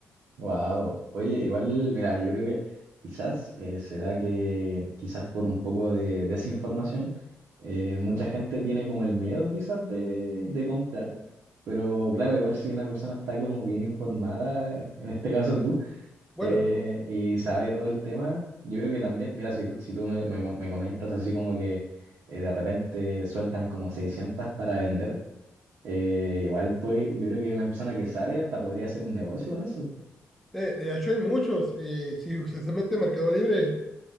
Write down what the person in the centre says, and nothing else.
Bueno,
de, de hecho hay muchos. eh, si usted se mete en mercado libre,